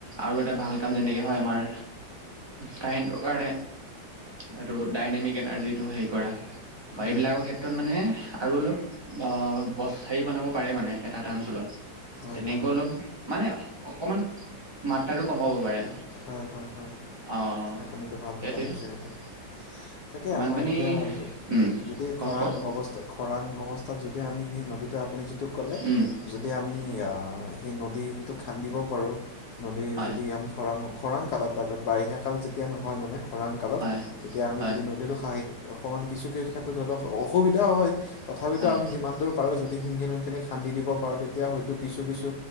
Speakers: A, on the right; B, on the left.
A: আৰু এটা ভাল কাম যেনেকে হয় আমাৰ, কাহিনীটোৰ কাৰণে এইটো ডাইনেমিক এনাৰ্জিটো হেৰি কৰা, বা
B: হয়
A: এইবিলাকৰ
B: হয়
A: ক্ষেত্ৰত মানে আৰু অলপ আহ বছাৰৰি বনাব পাৰে মানে, এটা এটা অঞ্চলত
B: হয়
A: তেনেকৈ
B: হয়
A: অলপ, মানে অকমান মাত্ৰাটো কমাব পাৰে।
B: হয় হয় হয়,
A: অ
B: আপুনিটো ভাল
A: সেইটোৱে
B: কথা কৈছে সেইটো তাকে
A: বানপানী
B: আমাৰ এতিয়া,
A: উম
B: যদি
A: কওক
B: খৰাং
A: কওক
B: অৱস্থা খৰাং অৱস্থাত যদি আমি সেই নদিটো আপুনি যিটো কলে,
A: উম
B: যদি আমি সেই নদীটো খান্দিব পাৰোঁ, নদীৰ
A: হয়
B: যদি আমি খৰাং খৰাং কালত বা বাৰিষা কাল যেতিয়া নহয়, মানে খৰাং কালত
A: হয়
B: তেতিয়া আমি
A: হয়
B: যদি নদীটো খাঁহি অকণমান কিছুকে ধ অসুবিধাও হয়, তথাপিতো
A: হয়
B: আমি যিমান দূৰ পাৰো যদি শিংগী নদীখন খান্দি দিব পাৰোঁ। তেতিয়া হয়তো কিছু কিছু